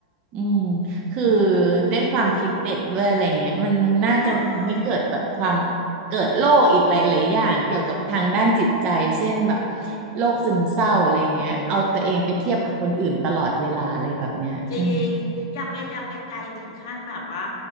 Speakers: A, on the right; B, on the left.
A: อืมคือด้วยความคิดเด็กด้วยอะไรเงี้ยมันน่าจะทำให้เกิดแบบความ
B: ใช่
A: เกิดโรคอีกหลายๆอย่างเกี่ยวกับทางด้านจิตใจเช่นแบบโรคซึมเศร้าอะไรเงี้ยเอาตัวเองไปเทียบกับคนอื่นตลอดเวลาอะไรแบบเนี้ยอืม
B: ใช่ จริงอย่าไปอย่าไปไกลถึงขั้นแบบว่า